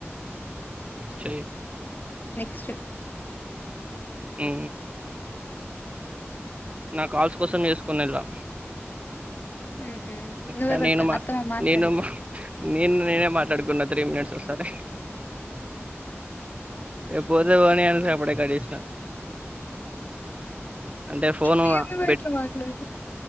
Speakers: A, on the right; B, on the left.
A: చెయి
B: నెక్స్ట్
A: ఉ నా కాల్స్ కోసం వేసుకోనిలా
B: ఉహు నువ్వెవరితో
A: కాని నేను మా
B: అత్తమ్మ మాట్లాడిందా
A: నేను మా నేను నేనే మాట్లాడుకున్నా త్రీ మినిట్స్ ఒక సారి ఇక పో యితె పోని అను సపడే కటి చేసిన అంటే ఫోను
B: నేను నువ్వు
A: బెడ్
B: ఎట్లా మాట్లాడు